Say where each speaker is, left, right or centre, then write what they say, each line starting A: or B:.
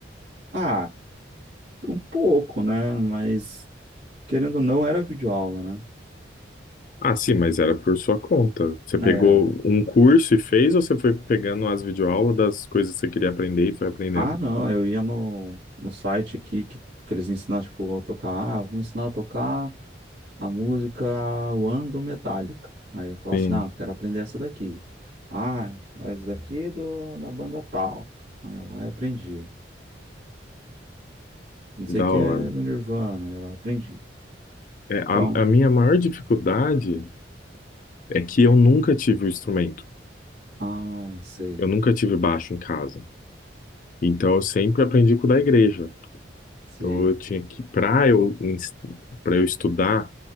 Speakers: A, on the right (about 80°); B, on the left (about 45°).
A: ah, um pouco, né? Mas querendo ou não, era videoaula, né?
B: Ah, sim, mas era por sua conta. Você
A: Era.
B: pegou um curso e fez, ou você foi pegando as videoaulas das coisas que você queria aprender e foi aprendendo?
A: Ah, não, eu ia no, no site aqui que, que eles ensinam, tipo, a tocar. Ah, vou ensinar a tocar a música One do Metallica. Aí eu falo
B: Sim,
A: assim, não, quero aprender essa daqui. Ah, essa daqui é do, da banda tal. Aí eu lá eu aprendi. Não sei
B: da
A: o que
B: hora.
A: é do Nirvana, aí eu lá aprendi.
B: É, a,
A: Então,
B: a minha maior dificuldade é que eu nunca tive o instrumento.
A: ah, sei,
B: Eu nunca tive baixo em casa. Então eu sempre aprendi com o da igreja.
A: sei.
B: Então eu tinha que, para eu, para eu estudar,